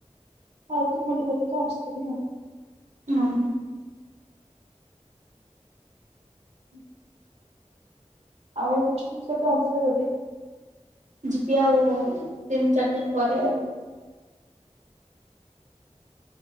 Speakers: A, on the right; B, on the right.
A: ଯାଇକି ବୁଲି ବାଲିକି ଆସଥିଲି ଆଉ।
B: ଅଃ।
A: <unintelligible> ଆଉ ହଷ୍ଟେଲ କେବେ ଆସିବେ କେବେ?
B: ଯିବି ଆଉ ତିନି ଚାରି ଦିନ ପରେ।